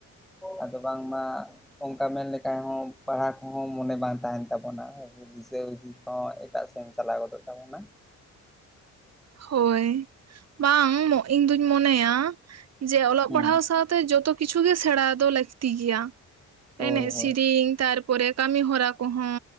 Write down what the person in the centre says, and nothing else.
ᱟᱫᱚ ᱵᱟᱝᱢᱟ ᱚᱱᱠᱟ ᱢᱮᱱᱞᱠᱷᱟᱡ ᱦᱚᱸ ᱯᱟᱲᱦᱟᱣ ᱠᱚᱦᱚᱸ ᱢᱚᱱᱮ ᱵᱟᱝ ᱛᱟᱦᱮᱱ ᱛᱟᱵᱚᱱᱟ ᱫᱤᱥᱟᱹ ᱦᱩᱤᱥ ᱦᱚᱸ ᱮᱴᱟᱜ ᱥᱮᱱ ᱪᱟᱞᱟᱣ ᱜᱚᱫᱚᱜ ᱛᱟᱵᱚᱱᱟ
ᱦᱩᱸ
ᱦᱳᱭ
ᱦᱳᱭ